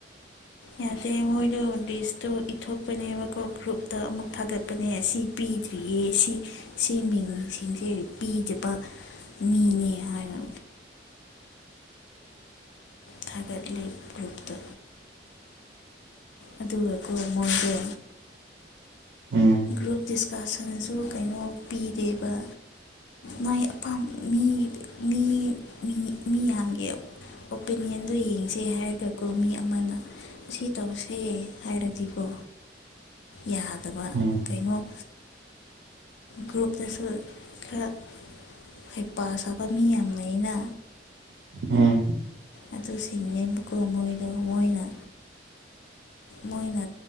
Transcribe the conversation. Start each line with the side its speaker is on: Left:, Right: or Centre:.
Left: ꯌꯥꯗꯦ ꯃꯣꯏꯗꯣ ꯂꯤꯁꯇꯣ ꯏꯊꯣꯛꯄꯅꯦꯕꯀꯣ ꯒ꯭ꯔꯨꯞꯇ ꯑꯃꯨꯛ ꯊꯥꯒꯠꯄꯅꯦ ꯁꯤ ꯄꯤꯗ꯭ꯔꯤꯌꯦ ꯁꯤ ꯁꯤ ꯃꯤꯡꯁꯤꯡꯁꯦ ꯄꯤꯗꯕ ꯃꯤꯅꯦ ꯍꯥꯏꯅ ꯊꯥꯒꯠꯂꯤꯞ ꯒ꯭ꯔꯨꯞꯇ ꯑꯗꯨꯒꯀ ꯃꯣꯏꯒ
Right: ꯎꯝ
Left: ꯭ꯔꯨꯞ ꯄ꯭ꯔꯤꯀꯥꯁꯟꯁꯨ ꯀꯩꯅꯣ ꯄꯤꯗꯦꯕ ꯃꯥꯏ ꯑꯄꯥ ꯃꯤ ꯃꯤ ꯃꯤ ꯌꯥꯝꯒꯤ ꯑꯣꯄꯤꯅꯤꯌꯟꯗꯣ ꯌꯦꯡꯁꯦ ꯍꯥꯏꯔꯒꯀꯣ ꯃꯤ ꯑꯃꯅ ꯁꯤ ꯇꯧꯁꯦ ꯍꯥꯏꯔꯗꯤꯀꯣ ꯌꯥꯗꯕ
Right: ꯎꯝ
Left: ꯀꯩꯅꯣ ꯒ꯭ꯔꯨꯞꯇꯁꯨ ꯈꯔ ꯍꯩꯄꯥ ꯁꯥꯕ ꯃꯤ ꯌꯥꯝꯕꯅꯤꯅ
Right: ꯎꯝ
Left: ꯑꯗꯨ ꯁꯤꯡꯉꯦꯕꯀꯣ ꯃꯣꯏꯗꯣ ꯃꯣꯏꯅ ꯃꯣꯏꯅ